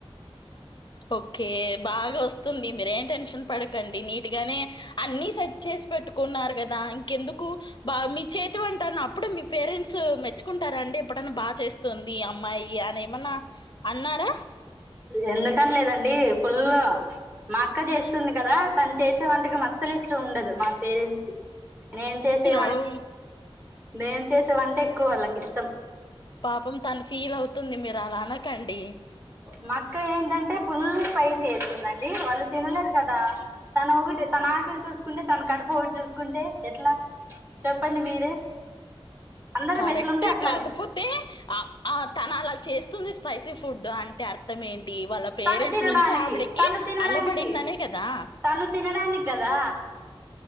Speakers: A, on the left; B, on the right.
A: ఓకే బాగా వస్త తుంది మీరేం టెన్షన్ పడకండి నీట్ గానే అన్ని సెట్ చేసి పెట్టుకున్నారు కదా ఇంకెందుకు బా మీ చేతి అంటన్న అప్పుడు మీ పేరెంట్స్ మెచ్చుకుంటారా అండి ఎప్పుడన్నా బాగా చేస్తుంది అమ్మాయి అని ఏమన్నా అన్నారా
B: ఎండటం లేదండి ఫుల్ మా అక్క
A: హ్మ్.
B: చేస్తుంది కదా తను చేసే వంటకి అసలు ఇష్టం ఉండదు మకు పేరెంట్స్ కి నేను చేసే
A: అవును
B: నేను చేసే వంట ఎక్కువ వాళ్ళకి ఇష్టం
A: పాపం తన ఫీల్ అవుతుంది మీరు అలా అనకండి.
B: మా అక్క ఏంటంటే పుల్లు స్పైసి వేస్తుందండి వాళ్ళు తినలేరు కదా తన ఒకటి తన ఆకలి చూసుకుంటే తన కడుపు ఒకటి చూసుకుంటే ఎట్లా చెప్పండి మీరే అందరం
A: కరెక్టే
B: ఎట్లుంటే అట్లా
A: కాకపోతే ఆ ఆ తన అలా చేస్త వస్తుంది స్పైసీ ఫుడ్ అంటే అర్థం ఏంటి దీ వాళ్ళ పేరెంట్స్
B: తను తినడానికి
A: నుంచి ఆవిడకి
B: తను తినడానికి
A: అల్లబడిందనే కదా
B: తను తినడానికి కదా